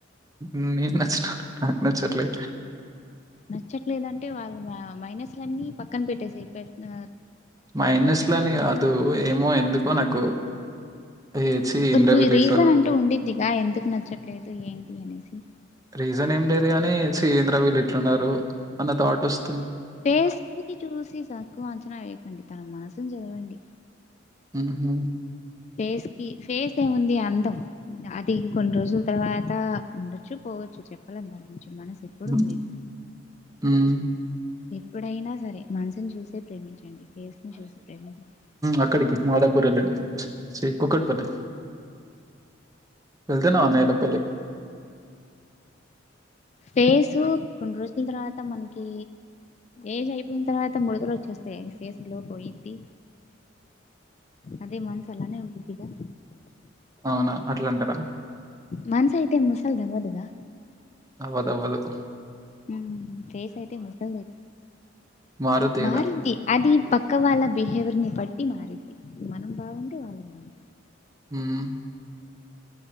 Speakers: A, on the right; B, on the left.
A: మ్ నీకు నచ్చినోళ్ళు నాకు నచ్చట్లే
B: నచ్చట్లేదంటే వాళ్ళు మైనస్లన్నీ పక్కన పెట్టేసేయి పెట్నా
A: మైనస్లని కాదు ఏమో ఎందుకో నాకు ఏ ఛీ!
B: ఒక
A: ఏందిరా వీళ్ళు
B: రీజన్
A: ఇట్లున్నారు.
B: అంటూ ఉండిద్దిగా ఎందుకు నచ్చట్లేదు ఏంటి అనేసి
A: రీజన్ ఏం లేదు గాని చి ఎంద్ర వీళ్ళు ఇట్లున్నారు అన్న థాటోస్
B: పేస్ చూసి చక్కువ అంచనా వేయకండి తన మనసును చదవండి
A: మ్ హు
B: ఫేస్ కి ఫేస్ ఏముంది అందం అది కొన్ని రోజుల తర్వాత ఉండొచ్చు పోవచ్చు చెప్పలేమ్ దాన్ని మనసు ఎప్పుడు
A: హ్మ్.
B: ఉండేది
A: హ్మ్.
B: ఎప్పుడైనా సరే మనసుని చూసే ప్రేమించండి ఫేస్ ని చూసి ప్రేమించండి
A: అక్కడికి మాదాపూర్ల్ కుక్కట్పల్లి వెళ్తేనా ఆనేలా పలే
B: ఫేస్ కొన్ని రోజుల తర్వాత మనకి ఏజ్ అయిపోయిన తర్వాత మడుతలు వచ్చేస్తాయి ఫేస్ గ్లో పోయిద్ది అదే మన్సలనే ఉండిద్ది గ
A: అవునా అట్లా అంటారా
B: మనసు అయితే ముసల్ది అవ్వదుగా
A: అవ్వదవ్వదు
B: మ్ ఫస్ అయితే ముసల్ది
A: మారుద్ది
B: మారుంది
A: కదా
B: అది పక్క వాళ్ళ బిహేవియర్ ని బట్టి మారింది మనం బాగుంటే వాళ్ళు బాగుం
A: మ్మ్